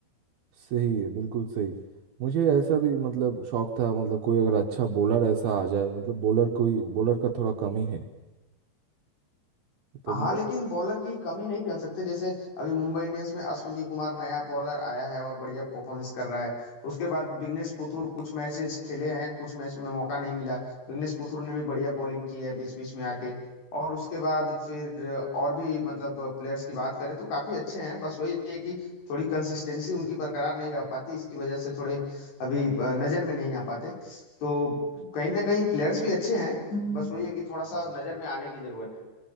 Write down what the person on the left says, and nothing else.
हाँ
लेकिन बॉलर की कमी नहीं कह सकते जैसे अभी मुंबई इंडियंस में अश्विनी कुमार नया बॉलर आया है और बढ़िया परफॉर्मेंस कर रहा है उसके बाद बिग्नेश पुथुर कुछ मैचेस खेले हैं कुछ मैच में मौका नहीं मिला बिग्नेश पुथुर ने भी बढ़िया बॉलिंग की है बीच बीच में आके और उसके बाद फिर और भी मतलब प्लेयर्स की बात करें तो काफी अच्छे हैं बस वही है कि थोड़ी कंसिस्टेंसी उनकी बरकरार नहीं रह पाती इसकी वजह से थोड़े अभी अ, नजर में नहीं आ पाते तो कहीं ना कहीं प्लेयर्स भी अच्छे हैं बस वही है कि थोड़ा सा नजर में आने की जरूरत